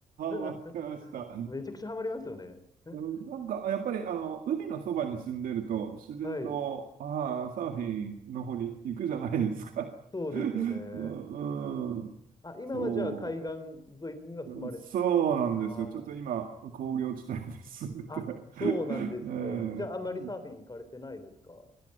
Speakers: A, on the left (about 30°); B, on the right (about 85°).
A: <laughs>
B: マってました。
A: めちゃくちゃハマりますよね。<laughs>
B: うんなんか、やっぱり、あの、海のそばに住んでると、自然と、
A: はい。
B: ああ、サーフィンの方に行くじゃないですか。
A: そうですよね。
B: <laughs> うん、うん、
A: あ、今はじゃあ海岸沿いには住まれ、
B: そう。うんそうなんですよ。
A: あ
B: ちょっと今、工業地帯で住んでて
A: あ、あ、そうなんですね。
B: <laughs> えー
A: じゃああんまりサーフィン行かれてないですか